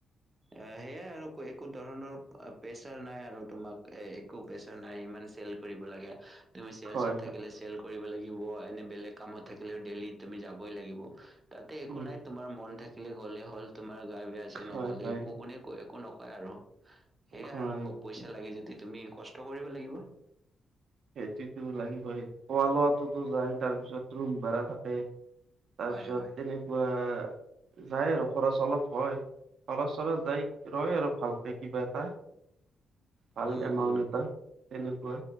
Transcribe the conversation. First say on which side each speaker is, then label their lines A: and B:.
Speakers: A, on the right; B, on the right.
A: এ সেয়াই আৰু ক' এক কো ধৰণৰ প্ৰেচাৰ নাই আৰু তোমাক এ একো প্ৰেচাৰ নাই ইমান চেল কৰিব লাগে। তুমি চেলছত
B: হয় হয়
A: থাকিলে চেল কৰিব লাগিব এনে বেলেগ কামত থাকিলেও ডেইলিত তুমি যাবই লাগিব, তাত তে একো
B: উম
A: নাই তোমাৰ মন থাকিলে গ'লে হ'ল, তোমাৰ গা বেয়া হৈছে
B: হয়
A: নগ'লে
B: হয়
A: একো কোনে একো নকয় আৰু। সেয়াই
B: হয়
A: আৰু ক' পইচা লাগে যদি তুমি কষ্ট কৰিব লাগিব।
B: সেইটোতো লাগিবই, খোৱা লোৱাটোতো যায়, তাৰপিছত ৰুম ভাড়া থাকে। তাৰপিছত
A: হয় হয়
B: তেনেকুৱা যায় আৰু খৰচ অলপ হয়, খৰচ চৰচ যায় ৰয় আৰু ভালকে কিবা এটা। ভাল
A: উম
B: এমাউন্ট
A: উম
B: এটা তেনেকুৱা।